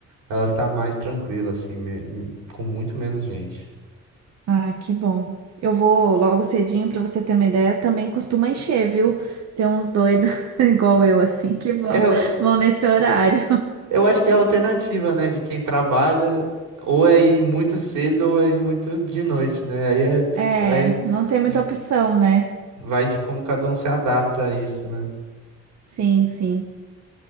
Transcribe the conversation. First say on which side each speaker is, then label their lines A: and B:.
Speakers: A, on the right (about 80°); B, on the right (about 60°).
A: ela tá mais tranquila, assim, me- com muito menos gente.
B: Ai, que bom. Eu vou logo cedinho para você ter uma ideia. Também costuma encher, viu? Tem uns doidos <laughs> igual eu, assim, que vão,
A: É,
B: vão nesse horário. <laughs>
A: Eu acho que é a alternativa, né, de quem trabalha, ou é ir muito cedo ou é ir muito de noite, né? Aí é-
B: É,
A: vai,
B: não tem muita
A: de-
B: opção, né?
A: vai de como cada um se adapta a isso, né?
B: Sim, sim.